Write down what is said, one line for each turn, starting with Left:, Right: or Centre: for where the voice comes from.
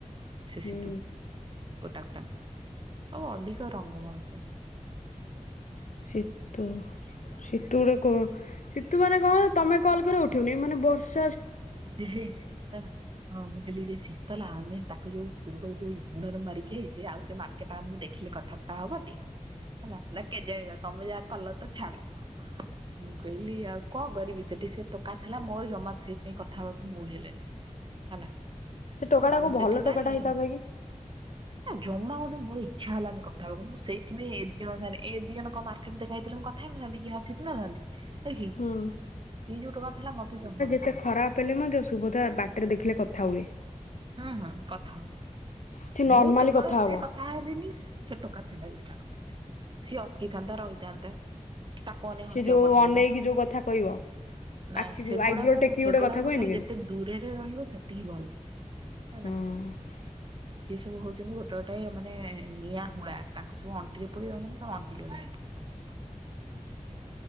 Right: ସେ
Left: ହୁଁ।
Right: ସିତୁ ଗୋଟା ଗୋଟା ଆଉ ଅଧିକ ରଙ୍ଗ ମାଡୁଛନ୍ତି।
Left: ସିତୁ। ସିତୁ ଗୁଟେ କ ସିତୁ ମାନେ କଣ ତମେ କଲ କରି ଉଠେଇବନି ଏମାନେ ବର୍ଷ
Right: ମୁଁ କହିଲି ହେ ଶିତଲ ହଁ ମୁଁ କହିଲିରେ ଶୀତଲ ଆମେ ତାକୁ ଯୋଉ ସୋ ରୁ କହିଲି ଯୋଉ ଇଗନର ମାରିକି ଆଇଚେ ଆଉ ସେ ମାର୍କେଟ ଆମକୁ ଦେଖିଲେ କଥାବାର୍ତା ହବ ଟି? ହଲା ନା କେଜାଣି <unintelligible> ତମେ ଯାହା କଲ ତ ଛାଡ ମୁଁ କହିଲି ଆଉ କଣ କରିବି ସେଠି ସେ ଟୋକା ଥିଲା ମୋର ଜମା ସେଇଥି ପାଇଁ କଥା ହେବାକୁ ମୁଡ଼ ହେଲାନି ହେଲା।
Left: ସେ ଟୋକାଟା
Right: ମୁଁ
Left: କୋଉ ଭଲ
Right: ସେଠି
Left: ଟୋକାଟା
Right: କାଇଁ
Left: ହେଇଥାନ୍ତା କି?
Right: ନା ଜମା ଗୋଟେ ମୋର ଇଚ୍ଛା ହେଲାନି କଥା ହବାକୁ ମୁଁ ସେଥିପାଇଁ ଏ ଦି ଜଣ <unintelligible> ଏ ଦି ଜଣ କଣ ମାର୍କେଟ ଦେଖା ହେଇଥିଲା। କଥା ହେଇ ନଥାନ୍ତି କି <unintelligible> ନଥାନ୍ତି ଦେଖି କି
Left: ହୁଁ।
Right: ସିଏ ଯୋଉ ଟୋକା ଥିଲା ମତେ ଜମା <unintelligible>
Left: ଏତେ ଖରାପ ହେଲେ ମଧ୍ୟ ଶୁଭଦ୍ରା ବାଟରେ ଦେଖିଲେ କଥା ହୁଏ।
Right: ହୁଁ ହୁଁ କଥା ହୁଏ
Left: ସେ ନର୍ମାଲି
Right: ମୁଁ କେବଳ ଏଥିପାଇଁ
Left: ହବ
Right: କଥା ହେଲିନି ସେ ଟୋକା ତାଙ୍କ ସାଙ୍ଗରେ ସିଏ ଅଟକି ଥାନ୍ତା ରହିଥାନ୍ତା। ତାକୁ ଅନେଇ
Left: ସେ
Right: ହସିବାକୁ
Left: ଯୋଉ
Right: ପଡିଥାନ୍ତା
Left: ଅନେଇକି
Right: କି?
Left: ଯୋଉ କଥା କହିବ।
Right: ନାଇଁ
Left: ଆଖିକୁ
Right: ସେଗୁଡାଙ୍କୁ
Left: ଆଇବ୍ରୋ ଟେକି
Right: ସେଗୁଡାଙ୍କ
Left: ଗୋଟେ କଥା କୁହେନି
Right: ଠାରୁ
Left: କି
Right: ଯେତେ ଦୂରରେ ରହିବ ସେତିକି ଭଲ। ଆଲା
Left: ହଁ
Right: ସିଏ ସବୁ ହଉଛନ୍ତି ଗୋଟେ ଗୋଟେ ମାନେ ନିଆଁ ହୁଳା ତାଙ୍କ ସବୁ ଅଣ୍ଟିରେ ପୁରେଇ ରହିବ ମାନେ ତା ଅଣ୍ଟି ଜଳିବ।